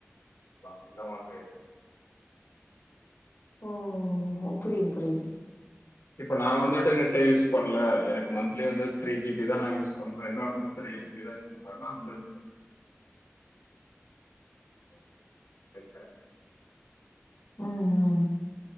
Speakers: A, on the left; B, on the left.
A: ப <unintelligible> இந்த மாதிரியே
B: ஓ ஓ ஓ புரிது புரிது
A: இப்ப நான் வந்துட்டு நெட்டை யூஸ் பண்ல எனக்கு மந்த்லி வந்து த்ரீ ஜி தான் யூ பண்றேன் இன்ன அறம் த்ரீ ஜிபி தான் யூஸ் பன் <unintelligible>
B: ம் ம்.